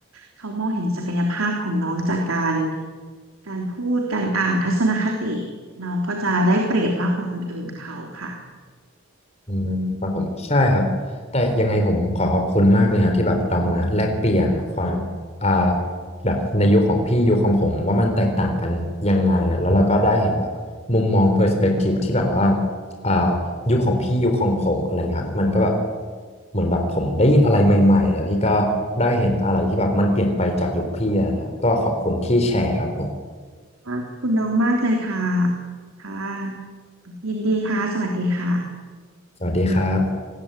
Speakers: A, on the right; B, on the left.
A: เขามองเห็นศักยภาพของน้องจากการการพูดการอ่านทัศนคติน้องก็จะได้เปรียบมากกว่าคนอื่นเขาค่ะ
B: อืมครับผมใช่ครับแต่ยังไงผมขอขอบคุณมากเลยครับที่แบบเรามาแลกเปลี่ยนความอ่าแบบในยุคของพี่ยุคของผมว่ามันแตกต่างกันยังไงอะแล้วเราก็ได้เห็นแบบมุมมองเพอร์สเปกทีฟที่แบบว่าอ่ายุคของพี่ยุคของผมอะไรเงี้ยครับมันก็แบบเหมือนแบบผมได้ยินอะไรใหม่ๆแล้วพี่ก็ได้เห็นอะไรที่แบบมันเปลี่ยนไปจากยุคพี่อะไรเงี้ยครับก็ขอบคุณที่แชร์ครับผม
A: ค่ะขอบคุณน้องมากเลยค่ะค่ะ ยินดีค่ะ สวัสดีค่ะ
B: สวัสดีครับ